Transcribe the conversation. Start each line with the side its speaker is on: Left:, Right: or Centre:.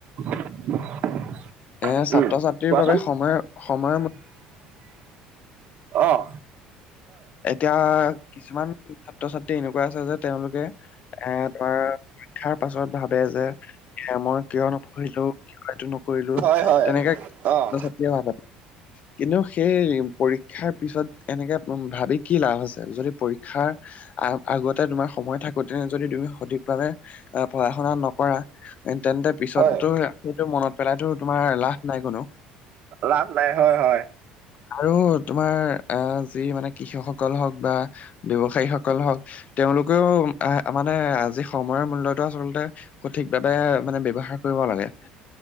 Right: <inaudible>
Left: এ, ছাত্ৰ,
Right: উম,
Left: ছাত্ৰীৰ
Right: কোৱাচোন
Left: বাবে সময়, সময়ৰ
Right: আহ।
Left: এতিয়া কিছুমান ছাত্ৰ, ছাত্ৰী এনেকুৱা আছে যে তেওঁলোকে এ, তোমাৰ শিক্ষাৰ পাছত ভাবে যে, এ, মই কিয় নপঢ়িলো কিয় এইটো ন। কৰিলো
Right: হয়, হয়।
Left: তেনেকে ছাত্ৰ,
Right: অ',
Left: ছাত্ৰীয়ে ভাব। কিন্তু সেই পৰীক্ষাৰ পিছত এনেকে উ ভাবি কি লাভ আছে, যদি পৰীক্ষাৰ আ, আগতে তোমাৰ সময় থাকোতে যদি তুমি সঠিকভাৱাবে অ, পঢ়া, শুনা নকৰা। তেন্তে পিছতো
Right: হয়,
Left: সেইটো মনত পেলাইতো তোমাৰ লাভ নাই কোনো।
Right: লাভ নাই, হয়, হয়।
Left: আৰু তোমাৰ আহ যি মানে কৃষকসকল হওক বা ব্যৱসায়ীসকল হওক। তেওঁলোকেও, আহ। মানে আজি সময়ৰ মূল্য়তটো আচল্ততে সঠিকভাৱে মানে ব্যৱহাৰ কৰিব লাগে।